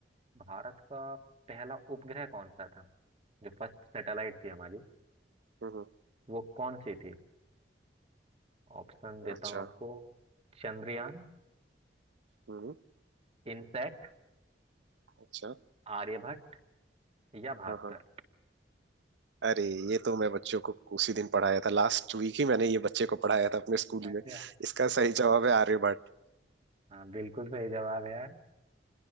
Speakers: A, on the right (about 35°); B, on the right (about 80°).
A: भारत का पहला उपग्रह कौन सा था जो फर्स्ट सैटेलाइट थी हमारी
B: हम्म हम्म,
A: वो कौन सी थी ऑप्शन देता
B: अच्छा
A: हूँ आपको चंद्रयान
B: हम्म हम्म,
A: इनसैट
B: अच्छा
A: आर्यभट्ट या भास्कर
B: हाँ हाँ अरे ये तो मैं बच्चों को उसी दिन पढ़ाया था लास्ट वीक ही मैंने ये बच्चे को पढ़ाया था अपने स्कूल
A: अच्छा
B: में इसका सही जवाब है आर्यभट्ट
A: हाँ बिल्कुल सही जवाब है यार